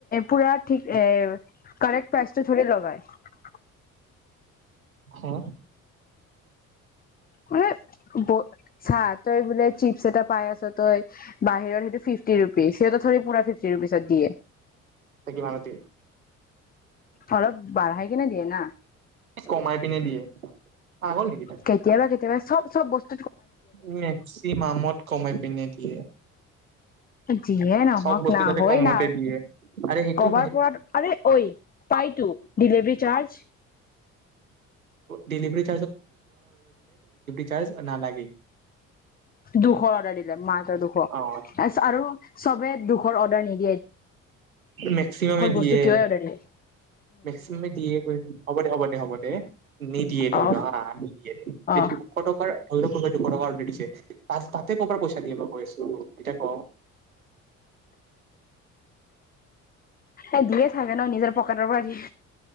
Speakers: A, on the left; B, on the right.
A: পুৰা ঠিক এ কাৰেক্ট প্ৰাইচটো ধৰি লগাই
B: হা
A: মানে ব ছা তই বলে চিপছ এটা পাইছ তই বাহিৰত সেইটো ফিফটি ৰুপিজ সেই ধ পুৰা ফিফটি ৰুপিজত দিয়ে
B: চাকিমান মতি
A: অলপ বাঢ়াই কিনে দিয়ে না
B: কমাই পিনে দিয়ে পাগল নেকি তই
A: কেতিয়াবা কেতিয়াবা চব চব বসু
B: মেক্সিমামত কমাই <inaudible>
A: যিয়ে নহওক
B: চব বস্তু
A: না
B: তাতেই
A: হয়
B: কমতে
A: না
B: দিয়ে, <unintelligible> টো
A: কবাৰ পৰা আৰে ঐ পাইতো ডেলিভাৰী চাৰ্জ
B: ডিলিভৰি চাৰ্জ নালাগে।
A: দুশ অৰ্ডাৰ দিলে মাহৰ দুশ
B: অ
A: ত আৰু চবে দুখৰ অৰ্ডাৰ নিকি
B: মেক্সিমামে দিয়ে
A: বস্তু কিয় অৰ্ডাৰ দিয়ে
B: মেক্সিমামে দিয়ে হ'ব দে হ'ব দে হ'ব দে নিদিয়ে ধৰি
A: অ
B: লোৱা আহ নিদিয়ে দে
A: অ
B: দুশ টকাৰ কা অৰ্ড দিছে ত তাতে ক'ৰ পৰা পইচা দিয়া বা কৈ আছো এতিয়া ক
A: এই দুয়ে চাগে ন নিজৰ পকাৰৰ পাৰি